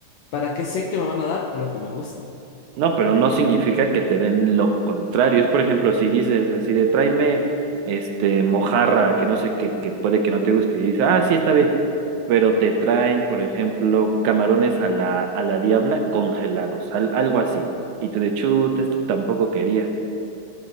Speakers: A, on the left; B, on the right.
A: para que sé que me van a dar lo que me gusta.
B: No, pero no significa que te den lo contrario. Es, por ejemplo, si dices así de tráeme este mojarra, que no sé qué, que puede que no te guste, y dices, ah, sí, está bien, pero te traen, por ejemplo, camarones a la, a la diabla congelados, al- algo así. Y tú de chuta, esto tampoco quería.